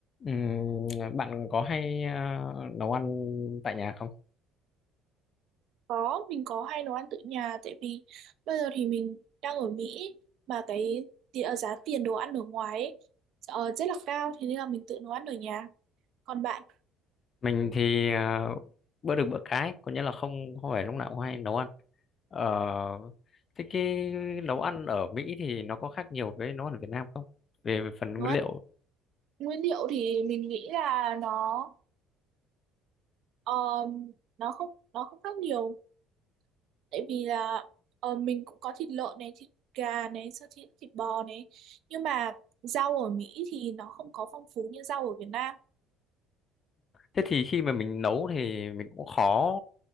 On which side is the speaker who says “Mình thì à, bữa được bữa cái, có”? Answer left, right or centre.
Left